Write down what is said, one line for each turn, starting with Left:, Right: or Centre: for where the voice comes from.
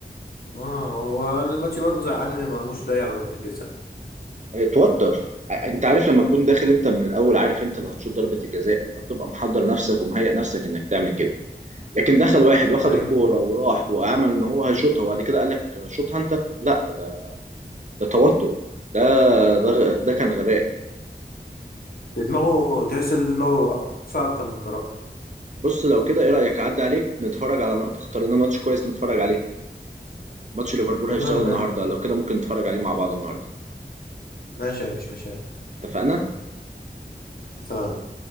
Left: اه هو أنا الماتش برضه زعلني ما مرموش ضيع ضربة الجزاء
Right: اتوتر ع- انت عارف لما تكون داخل انت من الاول عارف انت اللي هتشوط ضربه الجزاء فبتبقى محضر نفسك ومهيئ نفسك انك تعمل كده لكن دخل واحد واخد
Left: ايوه
Right: الكوره وراح وعمل ان هو هيشوطها وبعد كده قال لك شوطها انت لا ده ده توتر ده ده, غ- ده كان غباء
Left: في دماغه تحس ان في دماغه فيها اكتر من قرار
Right: بص لو كده ايه رايك اعدي عليك نتفرج على تختار لنا ماتش كويس نتفرج عليه ماتش ليفربول
Left: تمام
Right: هيشتغل النهارده
Left: مان.
Right: لو كده ممكن نتفرج عليه مع بعض النهارده
Left: ماشي مفيش مشاكل
Right: اتفقنا
Left: اتفقنا